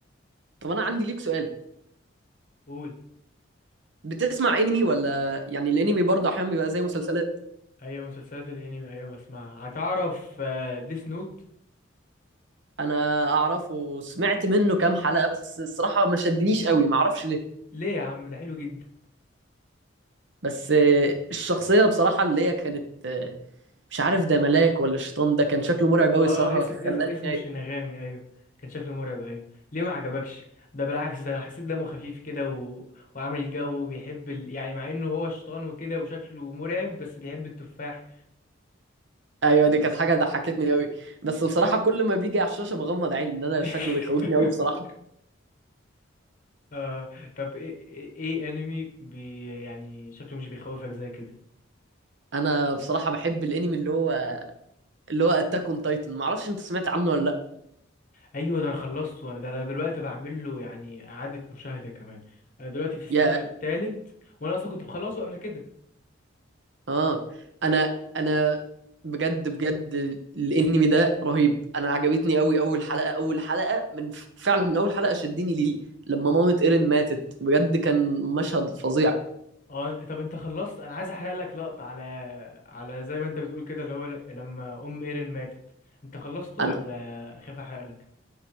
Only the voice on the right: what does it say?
طب انا عندي ليك سؤال
بتسمع انمي ولا يعني الانمي برضه احيانا بيبقى زي مسلسلات
انا اعرفه وسمعت منه كام حلقة بس الصراحة ما شدنيش قوي ما اعرفش ليه
بس آه، الشخصية بصراحة اللي هي كانت آه، مش عارف ده ملاك ولا شيطان ده كان شكله مرعب
قوي الصراحة
خلاني
خايف
ايوه دي كانت حاجة ضحكتني قوي بس بصراحة كل ما بيجي على الشاشة بغمض عيني ان انا
شكله بيخوفني قوي بصراحة
انا بصراحة بحب الانمي اللي هو اللي هو اتاك اون تايتن ما اعرفش انت سمعت عنه ولا لا
يا
اه انا انا بجد بجد الانمي ده رهيب انا عجبتني قوي اول حلقه اول حلقه من فعلا من اول حلقه شدني ليه لما مامة ايرين ماتت بجد كان مشهد فظيع
انا